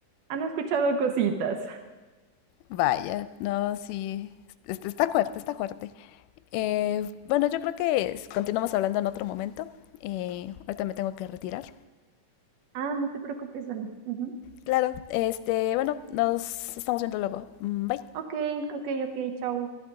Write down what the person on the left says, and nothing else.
Vaya, no, sí. Este está fuerte, está fuerte. Eh, bueno, yo creo que es- continuamos hablando en otro momento. Eh, ahorita me tengo que retirar.
Claro, este, bueno, nos estamos viendo luego. Mm, Bye.